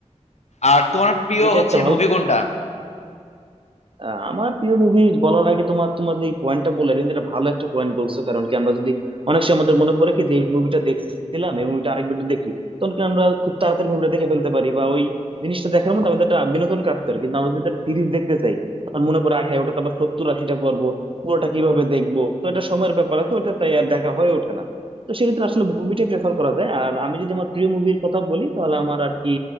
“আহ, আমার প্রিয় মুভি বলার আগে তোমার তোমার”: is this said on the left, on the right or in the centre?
Right